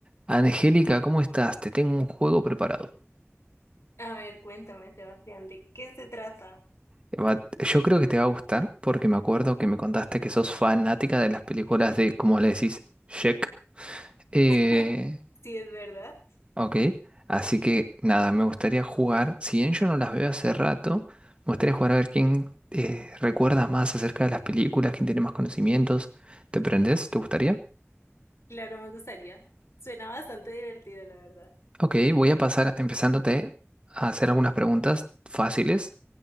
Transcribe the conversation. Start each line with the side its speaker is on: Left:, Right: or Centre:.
Right: Angélica, ¿cómo estás? Te tengo un juego preparado.
Left: A ver, cuéntame, Sebastián, ¿de qué se trata?
Right: Eh, Va- Yo creo que te va a gustar porque me acuerdo que me contaste que sos fanática de las películas de, como le decís, Shrek. Eh,
Left: <laughs> Si es verdad.
Right: ok, así que nada, me gustaría jugar. Si bien yo no las veo hace rato, me gustaría jugar a ver quién eh, recuerda más acerca de las películas, quién tiene más conocimientos. ¿Te prendés? ¿Te gustaría?
Left: Claro, me gustaría. Suena bastante divertido, la verdad.
Right: Ok, voy a pasar empezándote a hacer algunas preguntas fáciles